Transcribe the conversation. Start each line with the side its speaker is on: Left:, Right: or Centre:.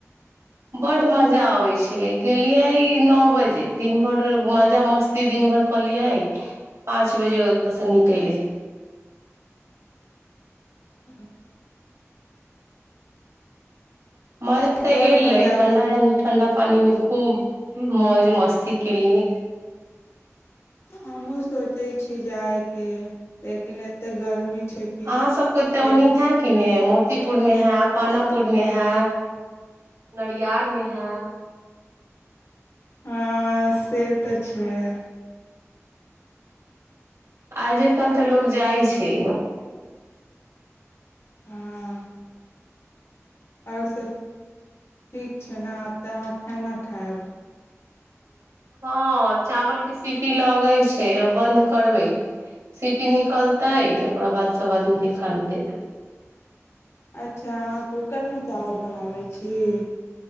Right: बड्ड मजा अबै छलै गेलियै न बजे दिन भरि मजा मस्ती दिन भरि कलियै पाँच बजे ओतयसँ निकलि गेलै
Left: ह्म
Right: मजा तऽ
Left: बड्ड
Right: एलै
Left: मजा
Right: ठण्डा
Left: अबै
Right: ठण्डा पानि मे खूब मौज मस्ती केलिये
Left: हमहूँ सोचैत छी जायके लेकिन एतेक गर्मी छै कि
Right: अहाँ सभ को तऽ
Left: लेकिन
Right: ओनी है कि ने मोतीपुर मे है पानापुर मे है नरियार मे है
Left: हँ से तऽ छै
Right: आज कल तऽ लोकोग जाइ छै
Left: हँ आओर सभ ठीक छै खना आब तऽ अहाँ खाना खायएब
Right: हँ चावल सीटी लगे छै आ बंन्द करबै सीटी निकलतै ओकरा बाद सभ आदमी के खाना दे देबै
Left: अच्छा अहाँ कूकर में चावल बनाबैत छी छ